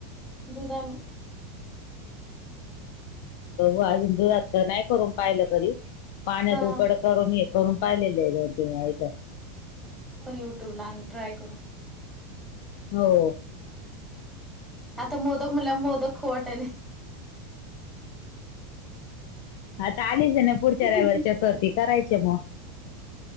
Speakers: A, in the centre; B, on the left.
A: दुधानी
B: तव हिंदू <unintelligible> नाही करून पाहिलं कधी, पाण्यात
A: हा
B: उकड करून हे करून पाहिलेले आहे दोन तीन वेळा इथ.
A: आपण यूट्यूबला आन ट्राय करू.
B: हो.
A: आता मोदक म्हणल्याव मोदक खाऊ वाटालेत.
B: आता आलीच आहे ना पुढच्या
A: वाटायलय
B: रविवार चतुर्थी करायचे म.